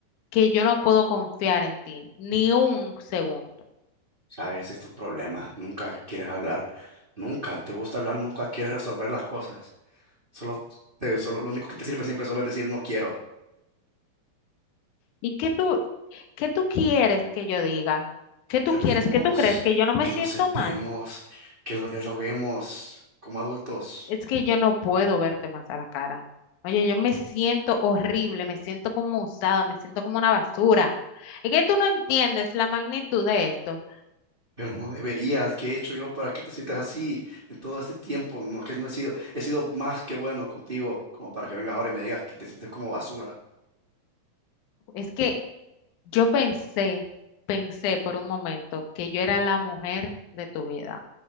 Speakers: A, on the left; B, on the right.
A: que yo no puedo confiar en ti ni un segundo.
B: ¿Sabes? Ese es tu problema. Nunca quieres hablar, nunca te gusta hablar, nunca quieres resolver las cosas. Solo, te- solo, lo único que te sirve siempre solo es decir no quiero.
A: ¿Y qué tú, qué tú quieres que yo diga? ¿Qué tú
B: que hablemos,
A: quieres? ¿Qué tú crees? ¿Que yo no me
B: que
A: siento
B: nos sentemos,
A: mal?
B: que lo dialoguemos como adultos.
A: Es que yo no puedo verte más a la cara. Oye, yo me siento horrible, me siento como usada, me siento como una basura. Es que tú no entiendes la magnitud de esto.
B: Pero no deberías, ¿qué he hecho yo para que te sientas así en todo este tiempo? No, que no he sido, he sido más que bueno contigo, como para que vengas ahora y me digas que te sientes como basura.
A: Es que yo pensé, pensé por un momento que yo era la mujer de tu vida,